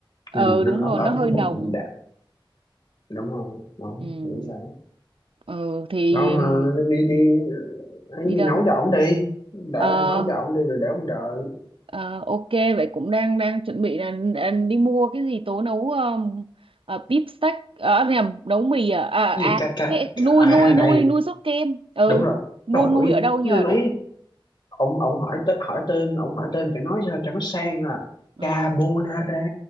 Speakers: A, on the right; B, on the left.
A: ờ
B: ừ,
A: đúng
B: nó ấm
A: rồi
B: ấm
A: nó hơi
B: cái
A: nồng
B: bụng đẹp đúng rồi nó
A: ừ
B: kiểu vậy
A: ừ thì
B: nó mà
A: ừm,
B: đi đi ấy
A: đi
B: nấu
A: đâu
B: cho ổng đi để
A: ờ
B: nấu cho ổng đi rồi để ổng đợi
A: ờ, ok vậy cũng đang đang chuẩn bị là là đi mua cái gì tố nấu um, uh, beef steak ờ nhầm nấu mì à à, à
B: Cái gì ca ca
A: cái nuôi
B: à
A: nuôi nuôi
B: đây
A: nuôi sốt kem ừ
B: đúng rồi
A: mua
B: đổi
A: nuôi ở đâu nhờ để
B: ấy ông ông hỏi tên hỏi tên ông hỏi tên phải nói sao cho nó sang là
A: ừ
B: carbonara